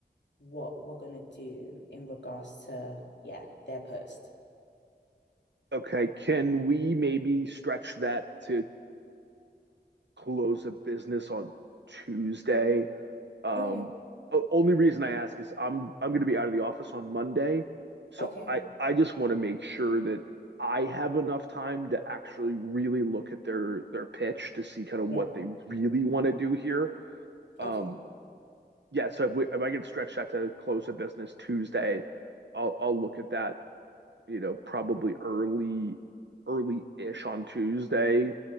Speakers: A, on the left; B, on the right.
A: what we're gonna do in regards to, yeah, their post.
B: Okay, can we maybe stretch that to close a business on Tuesday? Um,
A: Okay,
B: only reason I ask is I'm I'm going to be out of the office on Monday, so
A: okay.
B: I I just want to make sure that I have enough time to actually really look at their their pitch to see kind of
A: Yeah.
B: what they really want to do here. Um,
A: Okay.
B: yeah, so if we if I can stretch that to close a business Tuesday, I'll I'll look at that you know, probably early, early-ish on Tuesday.